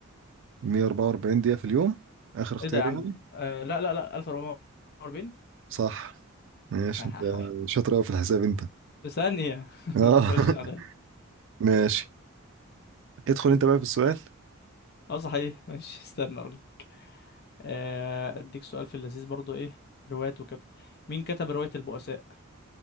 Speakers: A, on the right; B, on the left.
A: 144 دقيقة في اليوم اخر اختيار
B: ايه ده يا عم
A: يعني
B: أه لا لا لا 1440
A: صح ماشي
B: <laughs>
A: انت شاطر قوي في الحساب انت
B: في ثانيه <laughs>
A: اه
B: خش عليا
A: <laughs> ماشي ادخل انت بقى في السؤال
B: اه صحيح ماشي استنى اقول آه، اديك سؤال في اللذيذ برضو ايه روايات وكده مين كتب رواية البؤساء